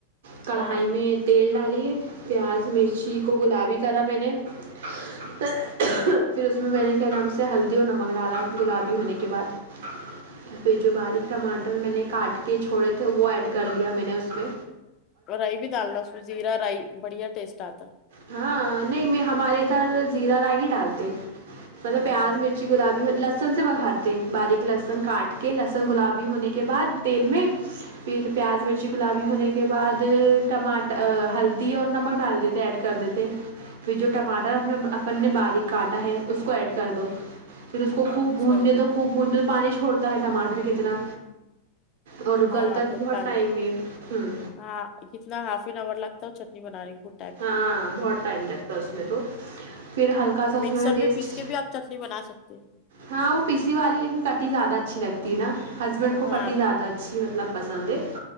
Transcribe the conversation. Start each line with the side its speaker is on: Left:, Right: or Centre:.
Right: کڑھائی
Left: ہاں
Right: میں تیل ڈالیے پیاز مرچی کو گلابی کرا میں نے پھر اس میں میں نے کیا نام سے ہلدی اور نمک ڈالا گلابی ہونے کے بعد پھر جو باریک ٹماٹر میں نے کاٹ کے چھوڑے تھے وہ ایڈ کر لیا میں نے اس پہ
Left: اور رائی بھی ڈالنا سو زیرا رائی بڑھیا ٹیسٹ آتا
Right: ہاں نہیں میں ہمارے ادھر زیرہ رائی بھی ڈالتے مطلب
Left: ہاں
Right: پیاز مرچی گلابی لہسن سے بگارتے باریک لہسن کاٹ کے لہسن گلابی ہونے کے بعد تیل میں پ پیاز مرچ کچی گلابی ہونے کے بعد ٹماٹر ہلدی اور نمک ڈال دیتے ایڈ کر دیتے پھر جو ٹماٹر اپنے اپن نے باریک کاٹا ہے اس کو ایڈ کر دو پھر اس کو خوب
Left: اچھا
Right: بھوننے دو خوب بھوننے پر پانی چھوڑتا ہے ٹماٹر کتنا اور
Left: ہاں
Right: گلتا بھی بہت
Left: پانی
Right: ٹائم ہے ہوں
Left: ہاں کتنا ہاف این آور لگتا ہو چٹنی بنانے کو
Right: ہاں بہت ٹائم لگتا اس میں تو پھر ہلکا سا اس
Left: مکسر
Right: ٹیسٹ
Left: میں پیس کے بھی آپ چٹنی بنا سکتے ہیں
Right: ہاں وہ پیسی والی لیکن کٹی زیادہ اچھی لگتی ہے نا ہسبینڈ کو
Left: ہاں
Right: فٹی زیادہ اچھی مطلب پسند ہے